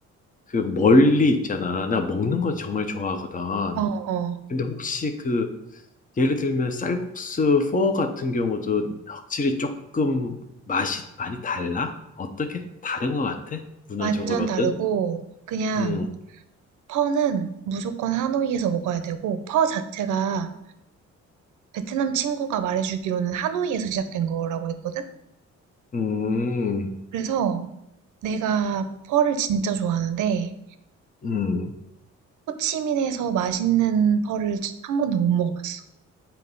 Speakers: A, on the left (about 25°); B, on the right (about 80°).
A: 그 멀리 있잖아. 나 먹는 거 정말 좋아하거든.
B: 어, 어.
A: 근데 혹시 그, 예를 들면 쌀국수 4 같은 경우도 확실히 조금 맛이 많이 달라? 어떻게 다른 것 같아? 문화적으로든?
B: 완전 다르고, 그냥,
A: 음,
B: 퍼는 무조건 하노이에서 먹어야 되고, 퍼 자체가 베트남 친구가 말해주기로는 하노이에서 시작된 거라고 했거든?
A: 음,
B: 그래서 내가 펄을 진짜 좋아하는데
A: 음.
B: 호치민에서 맛있는 펄을 한 번도 못 먹어봤어.